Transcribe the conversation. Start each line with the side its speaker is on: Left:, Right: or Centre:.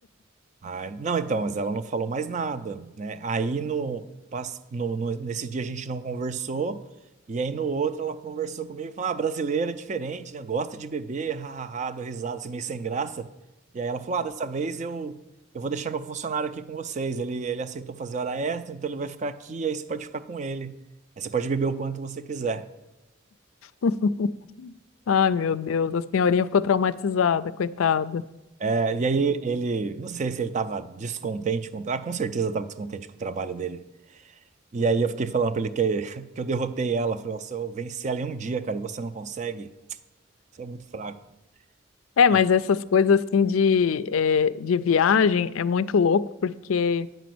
Right: Ah, não, então, mas ela não falou mais nada, né? Aí no, pas- no- no- nesse dia a gente não conversou, e aí no outro ela conversou comigo e falou: Ah, brasileira é diferente, né? Gosta de beber, hahaha, deu risada, assim, meio sem graça. E aí ela falou: Ah, dessa vez eu, eu vou deixar meu funcionário aqui com vocês. Ele, ele aceitou fazer hora extra, então ele vai ficar aqui, aí você pode ficar com ele. Aí você pode beber o quanto você quiser.
Left: <laughs> Ai, meu Deus, a senhorinha ficou traumatizada, coitada.
Right: É, e aí ele, não sei se ele tava descontente com, ah, com certeza estava descontente com o trabalho dele. E aí eu fiquei falando pra ele que, <laughs> que eu derrotei ela. Falei, nossa, eu venci ela em um dia, cara, e você não consegue? Você é muito fraco.
Left: É,
Right: Ah,
Left: mas essas coisas assim de, eh, de viagem é muito louco, porque.